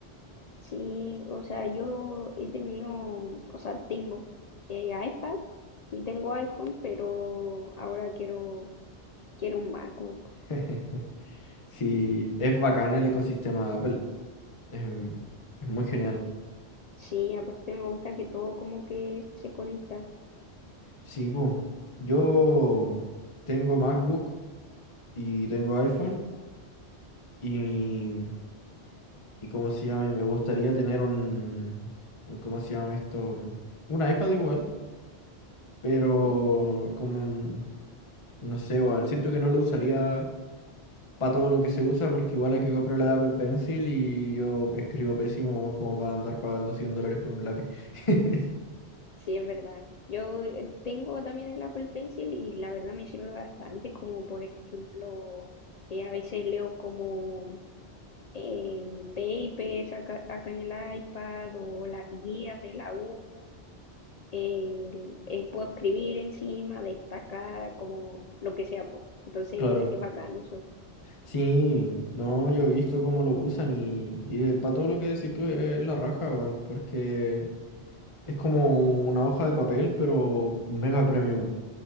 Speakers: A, on the left; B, on the left.
A: Sí, o sea, yo he tenido, o sea, tengo eh, iPad y tengo iPhone, pero ahora quiero, quiero un MacBook.
B: <laughs> Sí, es bacán el ecosistema de Apple. Es, es muy genial.
A: Sí, aparte me gusta que todo como que se conecta.
B: Sí, po. Yo tengo MacBook y tengo iPhone y, y ¿cómo se llama? Y me gustaría tener un, un- ¿cómo se llama esto? Un iPad igual, pero
A: Mm,
B: como, un- no sé, weón. Siento que no lo usaría para todo lo que se usa, porque igual hay que comprar la Apple Pencil y yo escribo pésimo weón, como para andar pagando 100 dólares por un lápiz. <laughs>
A: Sí, es verdad. Yo eh, tengo también el Apple Pencil y la verdad me sirve bastante, como por ejemplo, eh, a veces leo como em, papers acá, acá en el iPad o las guías de la U. el- eh, puedo escribir encima, destacar, como lo que sea. po. Entonces
B: Claro,
A: es bacán eso.
B: sí, no, yo he visto cómo lo usan y, y para todo lo que decís tú es la raja, weón, porque es como una hoja de papel, pero mega premium.